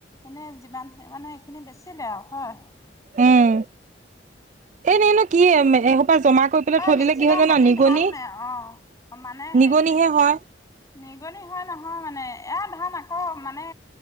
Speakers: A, on the left (about 20°); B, on the right (about 40°).
A: এনেই যিমান মানে সেইখিনি বেচে আৰু হয়
B: উম এ ন ন কি পৰা জমা কৰি পেলাই
A: হয়
B: থৈ
A: মেচিনৰ
B: দিলে কি হয় জানা
A: খেতি
B: নিগনি
A: ধান অ' মানে হেৰি
B: নিগনিহে হয়
A: নিগনি হয় নহয় মানে এয়া ধান আকৌ মানে